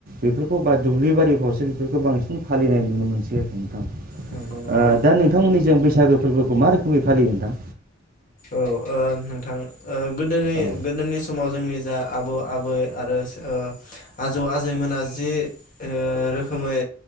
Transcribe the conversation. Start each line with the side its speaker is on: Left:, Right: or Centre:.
Right: बेफोरखौ बा दुब्लि बारिफ्रावसो बेफोरखौ बांसिन फालिनाय नुनो मोनसै आरोखि नोंथां।
Left: नंगौ। नंगौ
Right: ओ दा नोंथांमोननि जों बैसागो फोरबोखौ मा रोखोमै फालियो नोंथां?
Left: औ ओ नोंथां ओ गोदोनि-गोदोनि
Right: औ
Left: समाव जोंनि जा आबौ आबै आरो ओ आजौ आजैमोना जि ओ रोखोमै